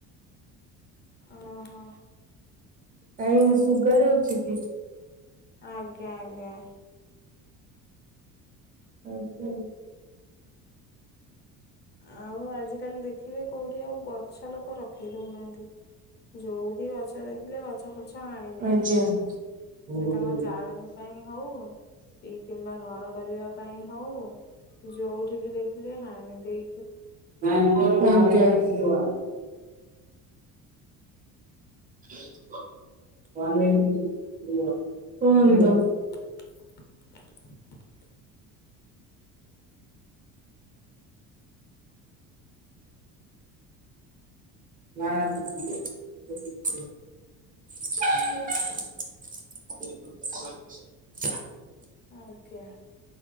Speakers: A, on the left; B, on the right.
A: ଓହୋ
B: କାଇ ସୁଗା ଯାଉଚି କି?
A: ଆଜ୍ଞା ଆଜ୍ଞା।
B: ଆଜ୍ଞା।
A: ଆଉ ଆଜିକାଲି ଦେଖିବେ କୋଉଠି ଆଉ ଗଛ ଲୋକ ରଖେଇ। ଶୁଣୁନାହାନ୍ତି ଯୋଉଠି ଗଛ ଦେଖିଲେ ଗଛ ପଛ ହାଣିଲେ।
B: ଆଜ୍ଞା। କୁହନ୍ତୁ।
A: ସେ ତାଙ୍କ ଜାଳଣୀ ପାଇଁ ହୋଉ କି କିମ୍ବା ଘର। କରିବା ପାଇଁ ହୋଉ ଯୋଉଠି ବି ଦେଖିଲି ହାଣି ଦେଇ।
B: <unintelligible> କନ୍ତ
A: <inaudible>
B: ନ <unintelligible> <inaudible>
A: ଆଜ୍ଞା।